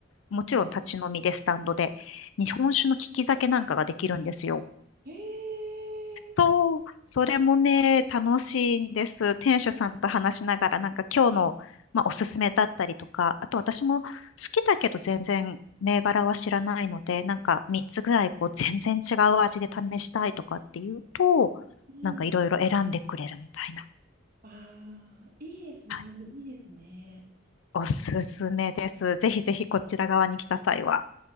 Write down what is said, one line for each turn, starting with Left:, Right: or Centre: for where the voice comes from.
Left: もちろん立ち飲みでスタンドで、日本酒の利き酒なんかができるんですよ。
Right: ええ
Left: そう、それもね、楽しいんです。店主さんと話しながら、なんか今日の、まあ、おすすめだったりとか、あと私も好きだけど全然銘柄は知らないので、なんか3つぐらいこう全然違う味で試したいとかっていうと、
Right: ー、
Left: なんかいろいろ選んでくれるみたいな。
Right: うん。ああ、いいですね。
Left: はい、
Right: いいですね。
Left: おすすめです。ぜひぜひこちら側に来た際は。